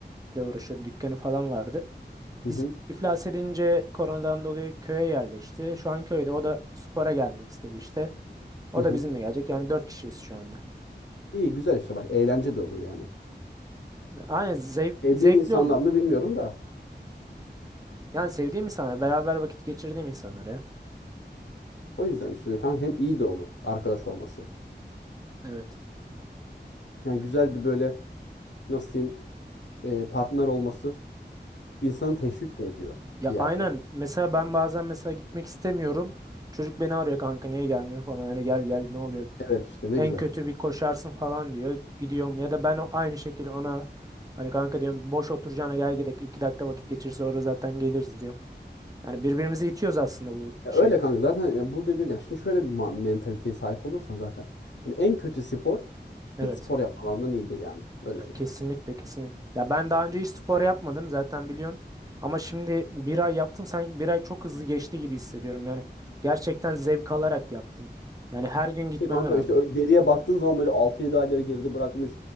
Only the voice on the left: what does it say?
hı
hı,
hı hı.
İyi güzel işte bak eğlence de olur yani.
Sevdiğin
insanlar
mı bilmiyorum da.
O yüzden işte efendim hem iyi de olur arkadaş olması.
Yani güzel bir böyle nasıl diyeyim e, partner olması insanı teşvik de ediyor
bir yerde.
Evet işte ne
güzel.
Ya
öyle kanka zaten ya burada bir yani şimdi şöyle bir ma- mentaliteye sahip olursan zaten yani en kötü spor
hiç spor yapmamandan iyidir yani öyle
söyleyeyim.
Ya kanka
işte ö- geriye baktığın zaman böyle altı yedi ayları geride bırakmış,